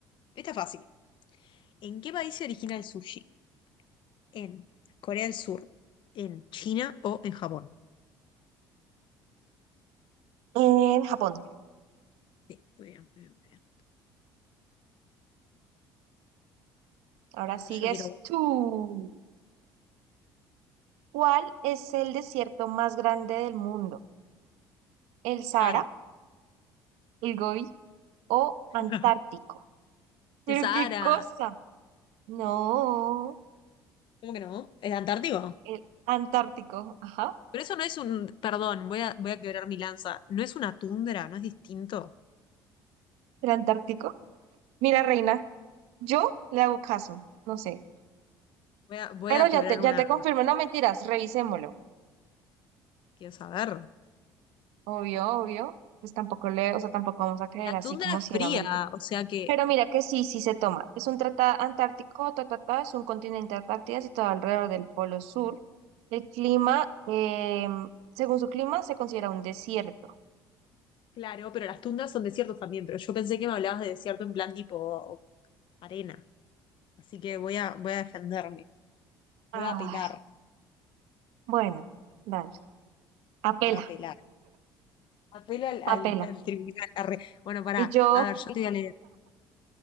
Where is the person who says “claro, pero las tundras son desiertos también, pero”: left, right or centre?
Left